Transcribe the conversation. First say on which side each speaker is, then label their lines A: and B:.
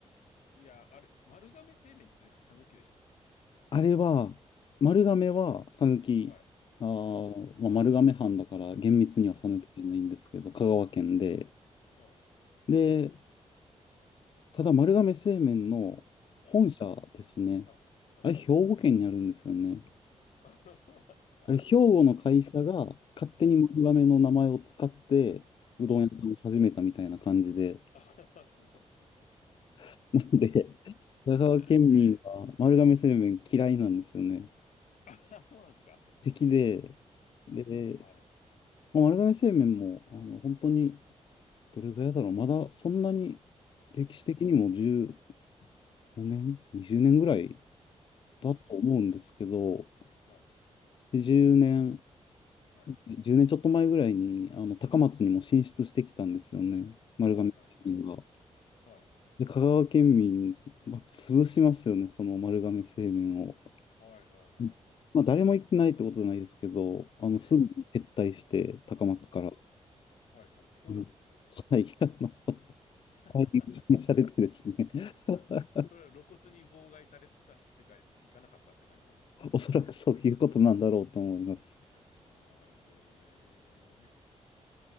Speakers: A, on the left; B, on the left.
A: いや、あれ、丸亀製麺って讃岐でしたっけ
B: あれは、丸亀は讃岐、
A: はい。
B: あー、
A: うん。
B: まあ、丸亀藩だから厳密には讃岐じゃないんですけど、
A: はい。
B: 香川県で、
A: うん。
B: で、ただ丸亀製麺の本社ですね。
A: うん。はい。はい。
B: あれ、兵庫県にあるんですよね。
A: <laughs> あ、そうなんですか。
B: あれ、兵庫の会社が勝手に丸亀の名前を使って、
A: うん。
B: うどん屋さんを始めたみたいな感じで。
A: あ、あ、<laughs> そうなんですか。
B: <laughs> なんで、香川県民は丸亀製麺嫌いなんですよね。
A: <laughs> あ、そうなんですか。
B: 敵で、で、
A: はい。
B: まあ丸亀製麺も、あの、本当に、どれぐらいだろう、まだそんなに歴史的にも15
A: うん。
B: 年、20年ぐらい
A: うん
B: だと思うんですけど、
A: はい。
B: で10年
A: はい。
B: 10年ちょっと前ぐらいに、あの、高松にも進出してきたんですよね。丸亀製麺が。
A: はい。はい。はい。はい。
B: で、香川県民、まあ、潰しますよね、その丸亀製麺を。
A: はい。はい。はい。
B: うんまあ、
A: はい
B: 誰も行ってないってことじゃないですけど、あの、
A: ええ。
B: すぐに撤退して、高松から。
A: はい。はい。はい。そうなんですか。
B: うんはい、<laughs> あの、
A: <laughs>
B: 解任にされてですね。<laughs>
A: それは露骨に妨害されたっていうか、行かなかったって感じなんですか。
B: おそらくそういうことなんだろうと思います。
A: なるほどね。